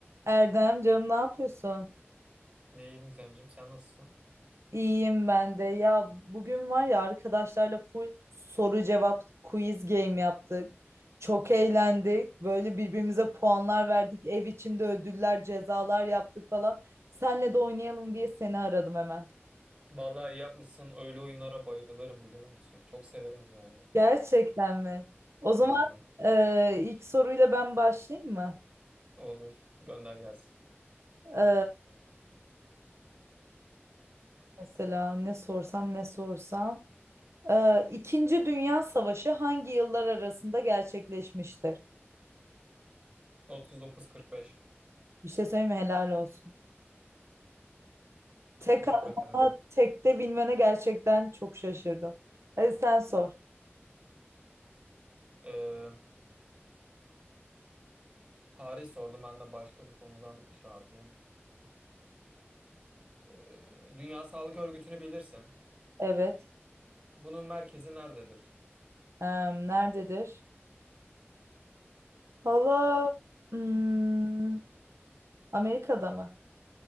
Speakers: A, on the right (about 85°); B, on the right (about 35°).
A: Erdem canım ne yapıyorsun?
B: İyiyim Gizemciğim, sen nasılsın?
A: İyiyim ben de. Ya bugün var ya arkadaşlarla full soru cevap quiz game yaptık. Çok eğlendik. Böyle birbirimize puanlar verdik. Ev içinde ödüller, cezalar yaptık falan. Senle de oynayalım diye seni aradım hemen.
B: Vallahi iyi yapmışsın. Öyle oyunlara bayılırım biliyor musun? Çok severim yani.
A: Gerçekten mi? O zaman
B: Aynen.
A: e, ilk soruyla ben başlayayım mı?
B: Olur. Gönder gelsin.
A: E, mesela ne sorsam ne sorsam. Ee, İkinci Dünya Savaşı hangi yıllar arasında gerçekleşmiştir?
B: 39.45.
A: Bir şey söyleyeyim mi? Helal olsun. Tek
B: Teşekkür
A: atma,
B: ederim.
A: tekte bilmene gerçekten çok şaşırdım. Hadi sen sor.
B: Ee, tarih sordum. Ben de başka bir konudan şey yapayım. Ee, Dünya Sağlık Örgütü'nü bilirsin.
A: Evet.
B: Bunun merkezi nerededir?
A: Ee, nerededir? Hala hmm, Amerika'da mı?